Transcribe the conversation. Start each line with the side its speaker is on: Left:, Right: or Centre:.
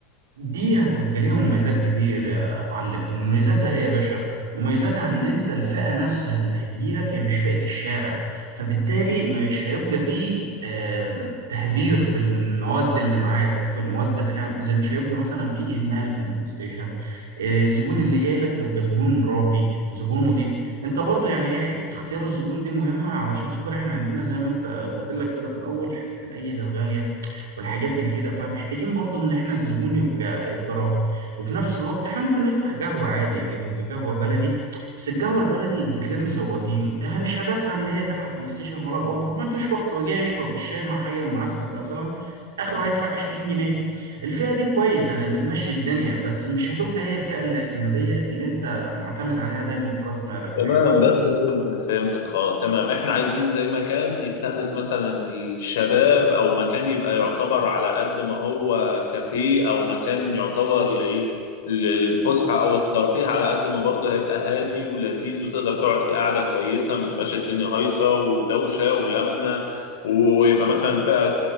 Right: دي هتبقى ليها مميزات كتير يا معلم مميزاتها ايه يا باشا مميزاتها ان انت الفئة نفسها اللي هتجيلك هي مش فئة الشارع فبالتالي مش هيبقى فيه آه، تهدير في المواد اللي معاك في المواد الخام زي مش هيبقى مثلا فيه اهمال في البلاي ستيشن آه، الزبون اللي جاي لك هيبقى زبون راقي زبون نظيف انت برضو يعني هي حتة اختيار الزبون دي مهمة علشان خاطر احنا عندنا زي ما انت قلت لك كده في الاول حتة الاجهزة الغالية والحاجات اللي كده فمحتاجين برضو ان احنا الزبون يبقى يبقى راقي وفي نفس الوقت احنا ممكن نفتح قهوة عادي يعني تبقى قهوة بلدي بس القهوة البلدي بتلم سواقين انا مش هدفها ان هي تلعب بلاي ستيشن ولا طاولة هو ما عندوش وقت هو جاي يشرب الشاي مع حجر معسل مثلا اخره هيدفع 20 جنيه الفئة دي كويسة يعني بتمشي الدنيا بس مش هتبقى هي الفئة الاعتمادية اللي انت معتمد عليها دايما في راس مالك
Left: تمام
Right: فاهمني
Left: بس فهمتك فهمتك خلاص تمام احنا عايزين زي مكان يستهدف مثلا الشباب او مكان يبقى يعتبر على قد ما هو كافيه او مكان يعتبر لل- للفسحة او الترفيه على قد ما برضه هيبقى هادي ولذيذ وتقدر تقعد في قعدة كويسة ما تبقاش الدنيا هايصة ودوشة ولمة ويبقى مثلا فئة